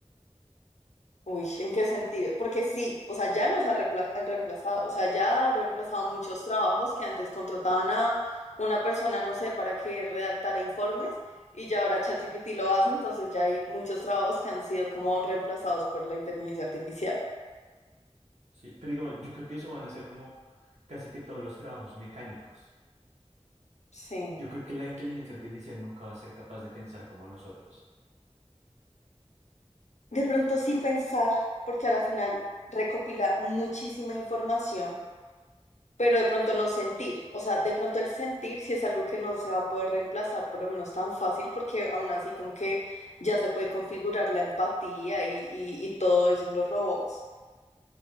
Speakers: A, on the left; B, on the right.
A: Uy, ¿en qué sentido? Porque sí, o sea, ya nos ha repla- han reemplazado, o sea, ya ha reemplazado muchos trabajos que antes contrataban a una persona, no sé, para que redactara informes y ya ahora ChatGPT lo hace, entonces ya hay muchos trabajos que han sido como reemplazados por la inteligencia artificial.
B: Sí, pero digamos, yo creo que eso van a ser como casi que todos los trabajos mecánicos.
A: Sí,
B: Yo creo que la inteligencia artificial nunca va a ser capaz de pensar como nosotros.
A: de pronto sí pensar, porque a la final recopila muchísima información, pero de pronto no sentir. O sea, de pronto el sentir sí es algo que no se va a poder reemplazar, por lo menos tan fácil, porque aún así como que ya se puede configurar la empatía y, y- y todo eso en los robots.